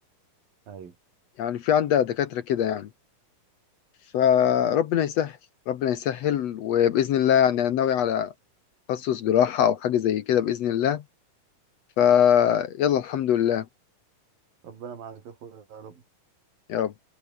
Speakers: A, on the right; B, on the left.
A: ايوه
B: يعني في عندها دكاترة كده يعني فربنا يسهل ربنا يسهل وبإذن الله يعني أنا ناوي على تخصص جراحة أو حاجة زي كده بإذن الله فيلا الحمد لله
A: ربنا معاك يا اخويا يا رب
B: يا رب